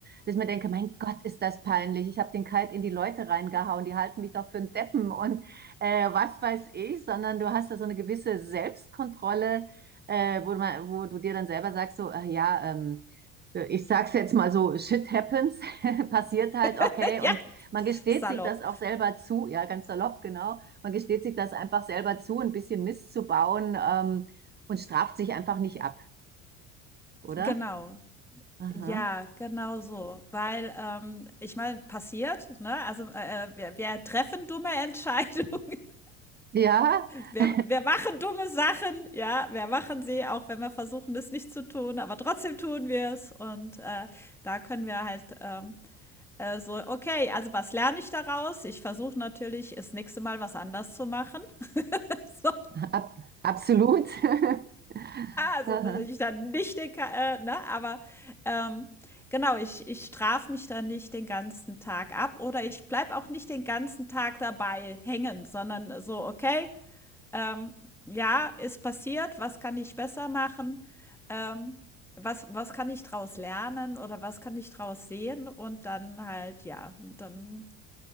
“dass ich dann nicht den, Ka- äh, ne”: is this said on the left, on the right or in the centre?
Centre